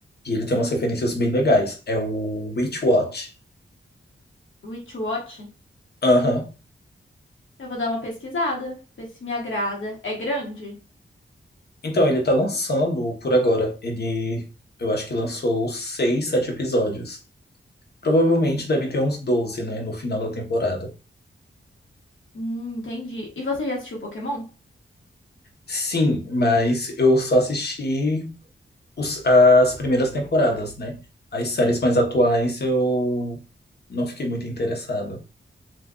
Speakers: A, on the left; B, on the left.
A: E ele tem umas referências bem legais. É o Witch Watch.
B: Witch Watch.
A: Aham.
B: Eu vou dar uma pesquisada, ver se me agrada. É grande?
A: Então, ele tá lançando por agora. Ele, eu acho que lançou seis, sete episódios. Provavelmente deve ter uns 12 né, no final da temporada.
B: Hum, entendi. E você já assistiu Pokémon?
A: Sim, mas eu só assisti os- as primeiras temporadas, né? As séries mais atuais eu não fiquei muito interessado.